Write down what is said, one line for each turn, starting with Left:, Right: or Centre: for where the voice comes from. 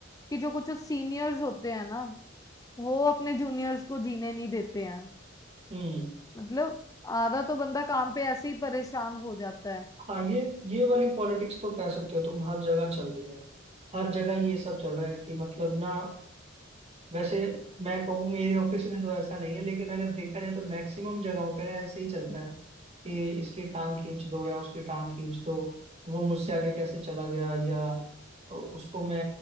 Left: कि जो कुछ सीनियर्स होते हैं ना वो अपने जूनियर्स को जीने नहीं देते हैं
Right: हम्म
Left: मतलब आधा तो बंदा काम पे ऐसे ही परेशान हो जाता है
Right: हाँ ये ये वाली पॉलिटिक्स तो कह सकते हो तुम हर जगह चल रही है हर जगह ये सब चल रहा है कि मतलब ना वैसे मैं कहूँ मेरे ऑफिस में तो ऐसा नहीं है लेकिन अगर देखा जाए तो मैक्सिमम जगहों पे ना ऐसे ही चलता है कि इसकी टांग खींच दो या उसकी टांग खींच दो वो मुझसे आगे कैसे चला गया या उसको मैं